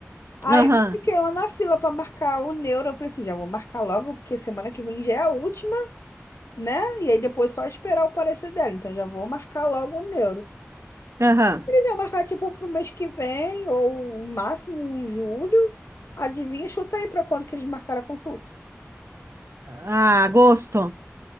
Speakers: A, on the left (about 65°); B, on the right (about 65°).
A: Aí
B: Aham,
A: eu fiquei lá na fila pra marcar o neuro. Eu falei assim, já vou marcar logo, porque semana que vem já é a última, né? E aí depois só esperar o parecer dela. Então já vou marcar logo o neuro.
B: aham.
A: Eles iam marcar tipo pro mês que vem, ou o máximo em julho. Adivinha, chuta aí pra quando que eles marcaram a consulta.
B: Ah, agosto?